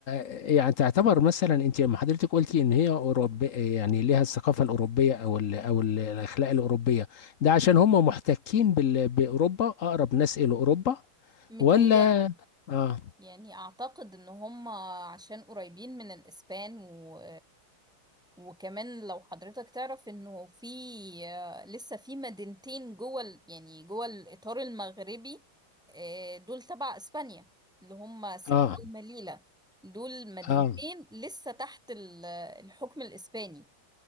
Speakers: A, on the left (about 50°); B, in the centre.
A: يعني تعتبر مثلا انت لما حضرتك قلتي ان هي اوروبيه يعني ليها الثقافه الاوروبيه او ال او ال- الاخلاق الاوروبيه ده عشان هم محتكين بال- باوروبا اقرب ناس الى اوروبا
B: متهيألي
A: ولا اه
B: يعني اعتقد ان هم عشان قريبين من الاسبان و وكمان لو حضرتك تعرف انه في لسه في مدينتين جوه ال- يعني جوه الاطار المغربي آه، دول تبع اسبانيا اللي هم سبتة
A: اه
B: ومليلة دول مدينتين
A: اه
B: لسه تحت ال- الحكم الاسباني